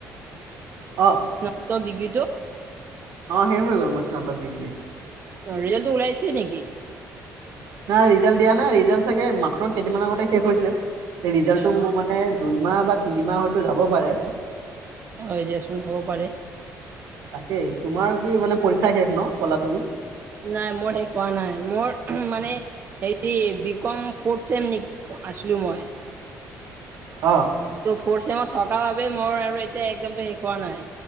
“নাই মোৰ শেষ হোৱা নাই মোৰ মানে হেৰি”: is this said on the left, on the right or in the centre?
Right